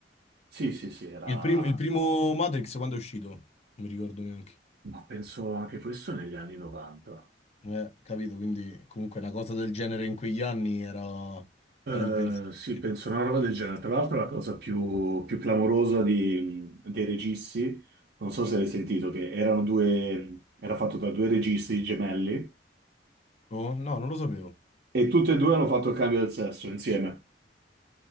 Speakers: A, on the right (about 65°); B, on the left (about 35°).
A: Sì, sì, sì, era...
B: Il primo, il primo Matrix quando è uscito? Non mi ricordo neanche.
A: Ma penso anche questo negli anni 90.
B: Eh, capito, quindi comunque una cosa del genere in quegli anni era,
A: Eh,
B: era impensabile.
A: sì, penso una roba del genere. Tra l'altro, la cosa più, più clamorosa di- dei registi, non so se l'hai sentito, che erano due, era fatto da due registi gemelli
B: Oh, no, non lo sapevo.
A: e tutte e due hanno fatto il cambio del sesso insieme.